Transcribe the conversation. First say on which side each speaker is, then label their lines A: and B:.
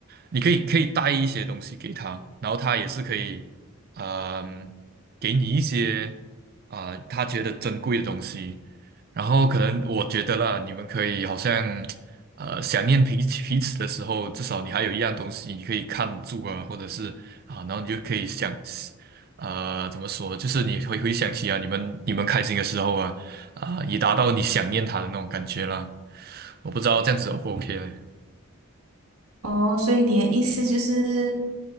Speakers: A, on the right; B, on the right.
A: 你可以可以带一些东西给他，然后他也是可以，嗯、给你一些啊、他觉得珍贵的东西。然后可能我觉得啦，你们可以好像，呃，想念彼此彼此的时候，至少你还有一样东西你可以看住啊，或者是啊，然后你就可以想。呃，怎么说？就是你回回想起啊，你们你们开心的时候啊，啊、已达到你想念他的那种感觉了。我不知道这样子 O 不 OK 嘞？
B: 哦，所以你的意思就是，